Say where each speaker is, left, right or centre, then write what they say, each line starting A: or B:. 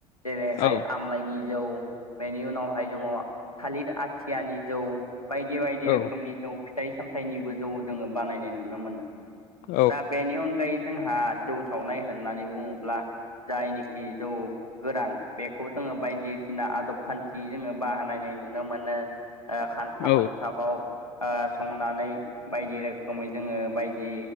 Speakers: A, on the left; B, on the left.
A: जेरैहाय
B: औ
A: आम लाइनि जौ बेनि उनावहाय जोङो थालिर आथियानि जौ बायदि बायदि
B: औ
A: रोखोमनि जौ फिथाइ सामथाइनिबो जौ जोङो बानायनाय नुनो मोनो
B: औ
A: दा बेनि अनगायै जोंहा जौ सावनाय होननानै बुङोब्ला जायनिखि जौ गोरान बेखौ जोङो बायदिसिना आदब खान्थि जोङो बाहानायनाय नुनो मोनो ओ खान्था
B: औ
A: मोनथा बाव ओ संनानै बायदि रोखोमै जोङो बायदि